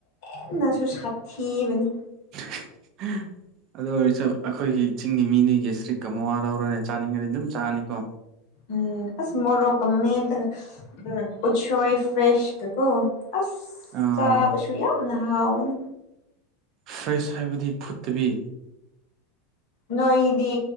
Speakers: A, on the left (about 55°); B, on the right (about 45°).
A: ꯍꯦꯟꯅꯁꯨ ꯁꯥꯊꯤꯕꯅꯤ
B: ꯍꯥꯝ <unintelligible> ꯑꯗꯨ ꯑꯣꯏꯔꯁꯨ ꯑꯩꯈꯣꯏꯒꯤ ꯆꯤꯡꯒꯤ ꯃꯤꯁꯤꯡꯗꯤ ꯀꯦꯁꯁꯇ꯭ꯔꯤꯛꯀ ꯃꯥꯋꯥ ꯂꯧꯗꯦ ꯆꯥꯅꯤꯡꯉꯗꯤ ꯑꯗꯨꯝ ꯆꯥꯅꯤꯀꯣ
A: ꯎꯝ ꯑꯁ ꯃꯣꯔꯣꯛ ꯀ ꯃꯦꯠꯂꯒ ꯎꯁꯣꯢ ꯐ꯭ꯔꯦꯁ ꯒꯀꯣ ꯑꯁ
B: ꯑꯥ
A: ꯆꯥꯕꯁꯨ ꯌꯥꯝꯅ ꯍꯥꯎꯕꯅꯦ
B: ꯐ꯭ꯔꯦꯁ ꯍꯥꯏꯕꯗꯤ ꯐꯨꯠꯇꯕꯤ
A: ꯅꯣꯏꯗꯤ